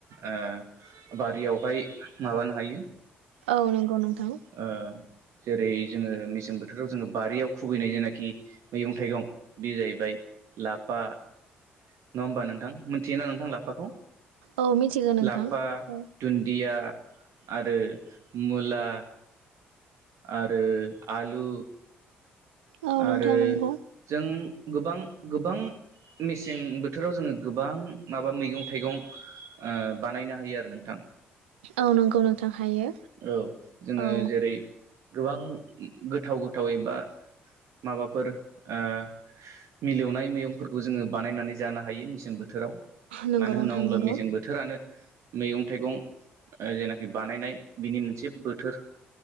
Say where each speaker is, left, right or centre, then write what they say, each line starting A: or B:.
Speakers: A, on the right (about 55°); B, on the right (about 75°).
A: ओ बारियावहाय माबानो हायो।
B: औ नंगौ नोंथां
A: ओ जेरै जोङो मेसें बोथोराव जोङो बारियाव खुबैनाय जेनाखि मैगं थाइगं बेयो जाहैबाय लाफा नङा होमबा नोंथां? मिथियोना नोंथां लाफाखौ
B: औ मिथिगौ नोंथां
A: लाफा
B: औ
A: दुन्दिया आरो मुला आरो आलु
B: औ
A: आरो
B: नोंथां नंगौ
A: जों गोबां गोबां मेसें बोथोराव जोङो गोबां माबा मैगं थाइगं ओ बानायनो हायो आरो नोंथां
B: औ नंगौ नोंथां हायो
A: औ जोङो
B: औ
A: जेरै गोबां गोथाव गोथावैबा माबाफोर ओ मिलौनाय मैगंफोरखौ जोङो बानायनानै जानो हायो मेसें बोथोराव।
B: नंगौ
A: मानो
B: नोंथां
A: होनना बुब्ला
B: नंगौ
A: मेसें बोथोरानो मैगं थाइगं ओ जेनाखि बानायनाय बिनि मोनसे बोथोर